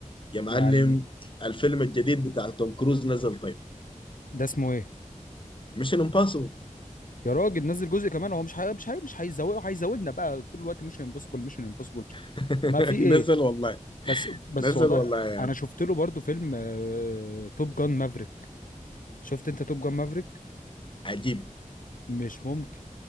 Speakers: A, on the left; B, on the left.
A: يا معلم
B: يعني
A: الفيلم الجديد بتاع توم كروز نزل طيب
B: ده اسمه ايه
A: مش امباسبل
B: يا راجل نزل جزء كمان هو مش هي... مش هي... مش هيزوقه هيزودنا بقى طول الوقت مش امبوسيبل مش امبوسيبل
A: <laughs>
B: ما في ايه
A: نزل والله
B: بس بس
A: نزل
B: والله
A: والله يا
B: انا
A: عم.
B: شفت له برضو فيلم آه... توب جان مافريك شفت انت توب جان مافريك
A: عجيب
B: مش ممكن